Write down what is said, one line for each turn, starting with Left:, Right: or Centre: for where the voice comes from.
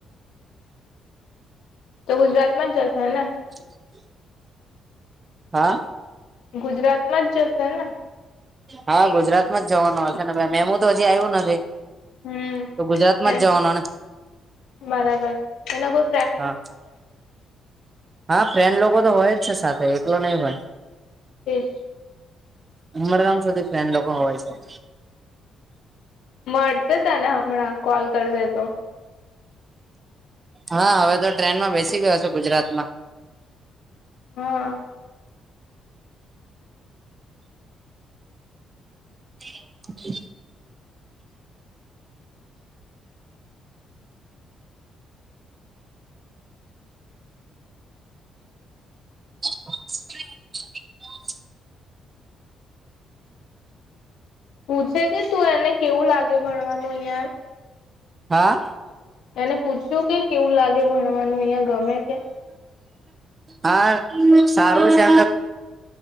Left: તો ગુજરાતમાં જશો ને
Right: <inaudible> હા
Left: ગુજરાતમાં જ જશે ને?
Right: હા ગુજરાતમાં જવાનો હશેને મે-મેમો તો હજી આયવો નથી.
Left: હમ
Right: તો ગુજરાતમાં જ જવાનો ને
Left: બરાબર તને બઉ
Right: હા હા ફ્રેન્ડ લોકો તો હોય જ છે સાથે એકલો નય હોય.
Left: એજ
Right: ઉંમરગામ સુધી ફેન લોકો હોય છે.
Left: મળશે તને હમણાં કોલ કર દેતો
Right: હા હવે તો ટ્રેનમાં બેસી ગયો છું ગુજરાત માં
Left: હા
Right: <inaudible> <inaudible>
Left: પૂછે કે તું એને કેવું લાગે ભણવાનું અહિયાં એમ
Right: હા
Left: એને પૂછ્યું કે કેવું લાગે ભણવાનું અહિયાં ગમે કે
Right: હ સારું છે